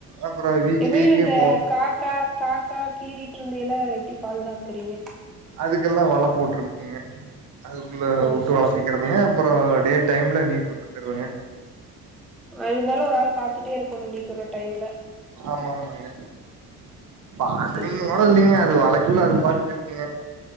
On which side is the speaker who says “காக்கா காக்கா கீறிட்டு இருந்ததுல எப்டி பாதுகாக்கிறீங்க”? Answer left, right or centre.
Centre